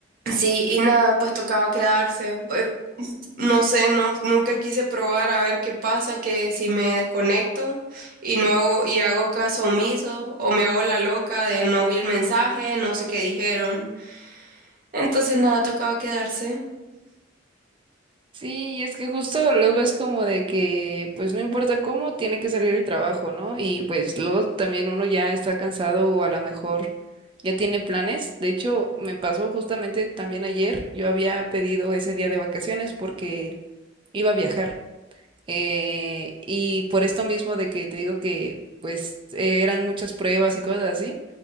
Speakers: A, on the right; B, on the right.
A: Sí, y nada, pues tocaba quedarse. Eh, No sé, no, nunca quise probar a ver qué pasa, que si me desconecto y no hago, y hago caso omiso, o me hago la loca de no vi el mensaje, no sé qué dijeron. Entonces nada, tocaba quedarse.
B: Sí, y es que justo los ves como de que, pues no importa cómo, tiene que salir el trabajo, ¿no? Y pues luego también uno ya está cansado o a lo mejor ya tiene planes. De hecho, me pasó justamente también ayer, yo había pedido ese día de vacaciones porque iba a viajar. Eh, y por esto mismo de que te digo que pues eh, eran muchas pruebas y cosas así.